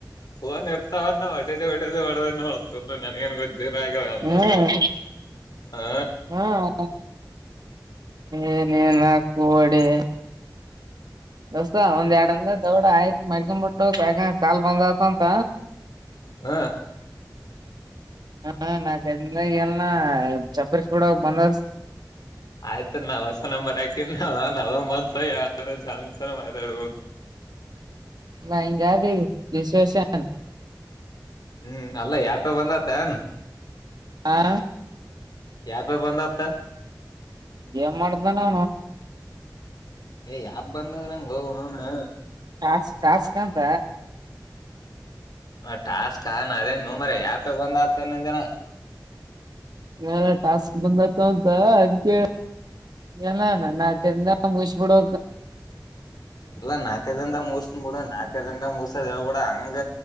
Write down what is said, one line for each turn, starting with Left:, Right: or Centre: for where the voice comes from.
Left: ಪನ್ ಇರ್ತಾವ ಒಡೇದ ಒಡೇದ ಹೊಡದ ನನ್ಗನ್ ಗೊ್ಿರ ಆಗ ಎಲ್ಲ
Right: ಹ್ಮ್
Left: ಸೌ ಹ
Right: ಹ್ಮ್ ಏನೇನ ಕಡಿ ದಸ್ತಾ ಒಂದ್ ಎರಡಂದ ದಡ ಆಯ್ತ್ ಮಕೊಂಡ ಮು ಕಾ ಬಂದ ಂತ
Left: ಹ
Right: ಹ ನ ಚಪ್ಪಸ್ಪಡ ಬಂದ
Left: ಆಯ್ತ ನಾವ್ ಹೊಸ ನಂಬರ್ ಯಾಕಿದ ನಂತ ಯ ಜಂತಾನ ಮಾತಾಡ
Right: ಭಯಂಗಾದ ವಿಶಷನ್
Left: ಹ್ಮ್ ಅಲ್ಲ ಯಾಪ ಬಂದತನ್
Right: ಹಾ
Left: ಯ ಪೆ ಬಂದ ಅಪ್ಪತ
Right: ಏನ್ ಮಾಡ್ದ ನ
Left: ಏ್ ಯಾಪ್ ಬಂದದ ನಂಗಗೆ ಹೋಣನು
Right: ಾಸ್ ಾಸ್ಕಂತ
Left: ಹ ಟಾಸ್ಕ್ ಆಣ ಅದೇ ನೋ ಮರ ಯಾಪೆ ಬಂದ್ ಆತ ನ ದಿನ
Right: ನ ಟಾಸ್ಕ್ ಬಂದತ ಅಂತ ಅದಕ್ಕೆ ಎಲ್ಲಣ ನಾ ತಂದ ಮುಬಿಡೋ
Left: ಇಲ್ಲಾ ನಾಲ್ಕ ದಿಂದ ಮುಸ ಬಿಡ ನಾಲ್ಕ ದಿಂದ ಮುರ್ಸದವ ಬಿಡ ಹಂಗ